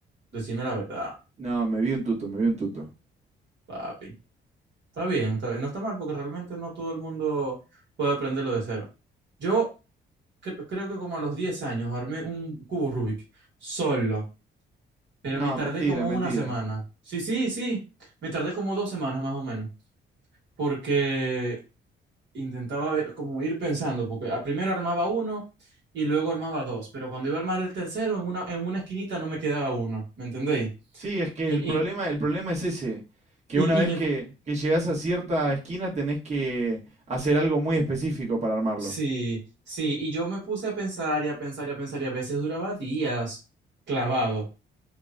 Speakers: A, on the right (about 65°); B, on the right (about 35°).
A: Decime la verdad,
B: No, me vi un tuto, me vi un tuto.
A: papi. Está bien, está bien. No está mal porque realmente no todo el mundo puede aprenderlo de cero. Yo cre- creo que como a los 10 años armé un cubo Rubik solo. Pero
B: No,
A: me tardé
B: mentira,
A: como
B: mentira.
A: una semana. Sí, sí, sí. Me tardé como dos semanas más o menos. Porque intentaba eh, como ir pensando, porque a- primero armaba uno y luego armaba dos. Pero cuando iba a armar el tercero, en una, en una esquinita no me quedaba uno. ¿Me entendéis?
B: Sí, es que
A: Y,
B: el problema,
A: y,
B: el problema es ese, que
A: y,
B: una vez
A: y me,
B: que,
A: pu-
B: que llegás a cierta esquina tenés que hacer algo muy específico para armarlo.
A: sí, sí, y yo me puse a pensar y a pensar y a pensar y a veces duraba días clavado.